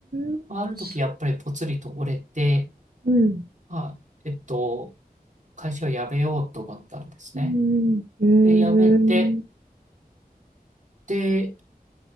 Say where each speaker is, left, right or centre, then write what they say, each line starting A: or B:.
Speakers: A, on the right; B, on the right.
A: ーん、
B: ある時やっぱりぽつりと折れて、
A: すうん、
B: あ、えっと、会社を辞めようと思ったんですね。
A: うん、うーん、
B: で、辞めて、で、